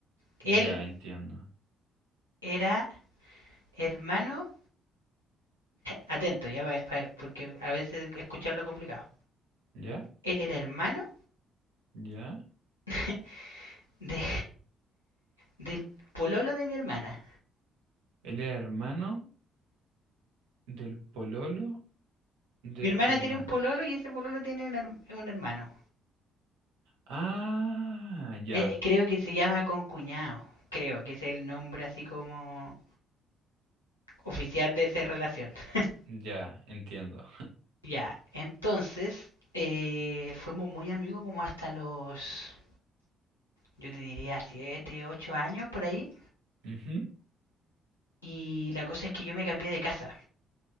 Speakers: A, on the left (about 85°); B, on the right (about 70°).
A: Él
B: Ya, entiendo.
A: era hermano, atento, ya, pa- pa- porque a veces escucharlo es complicado.
B: ¿Ya?
A: Él era hermano
B: ¿Ya?
A: <laughs> de, Del pololo de mi hermana.
B: Él era hermano del pololo de
A: Mi hermana
B: tu hermana.
A: tiene un pololo y ese pololo tiene un, her- un hermano.
B: Ah, ya,
A: Eh, eh, creo que se llama concuñado. Creo que es el nombre así como oficial de esa relación. <laughs>
B: ya, entiendo.
A: Ya, entonces eh, fuimos muy amigos como hasta los, yo te diría, 7, 8 años por ahí.
B: <laughs> Ujú,
A: Y la cosa es que yo me cambié de casa.